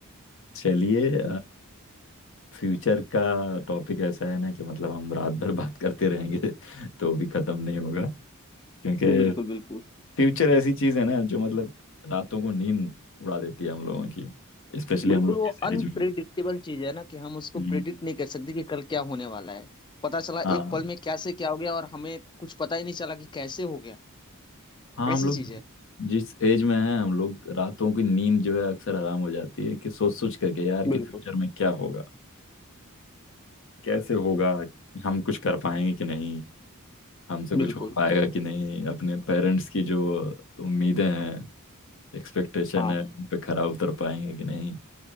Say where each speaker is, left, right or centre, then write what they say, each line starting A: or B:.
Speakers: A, on the left (about 60°); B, on the left (about 20°).
A: चलिए फ्यूचर का टॉपिक ऐसा है ना कि मतलब हम रात भर बात करते रहेंगे <laughs> तो भी खत्म नहीं होगा क्योंकि
B: जी, बिल्कुल बिल्कुल
A: फ्यूचर ऐसी चीज है ना जो मतलब रातों को नींद उड़ा देती है हम लोगों की स्पेशली
B: बिल्कुल
A: हम लोग
B: वो
A: जिस
B: अनप्रिडिक्टेबल
A: एज में
B: चीज है ना कि हम उसको
A: हम्म।
B: प्रिडिक्ट नहीं कर सकते कि कल क्या होने वाला है पता चला
A: हाँ
B: एक पल में क्या से क्या हो गया और हमें कुछ पता ही नहीं चला कि कैसे हो गया
A: हाँ हम
B: ऐसी
A: लोग
B: चीज है
A: जिस एज में हैं हम लोग रातों की नींद जो है अक्सर हराम हो जाती है कि सोच सोच करके यार कि
B: बिल्कुल
A: फ्यूचर में क्या होगा कैसे होगा हम कुछ कर पाएंगे कि नहीं हमसे कुछ
B: बिल्कुल
A: हो पाएगा कि नहीं अपने पेरेंट्स की जो उम्मीदें हैं एक्सपेक्टेशन
B: हाँ
A: है उन पे खरा उतर पाएंगे कि नहीं